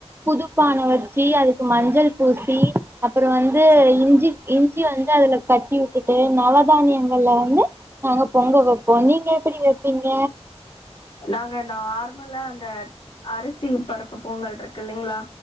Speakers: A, on the right (about 20°); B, on the left (about 50°).
A: புதுப்பான வச்சி அதுக்கு மஞ்சள் பூசி அப்பற வந்து இஞ்சி இஞ்சி வந்து அதுல கட்டி உட்டுட்டு நாலாக் சிருதானியங்கள்ல வந்து நாங்க பொங்க வெப்போ நீங்க எப்டி வப்பீங்க
B: நாங்க நார்மலா அந்த அரிசி பருப்பு பொங்கல் ருக்கில்லைங்களா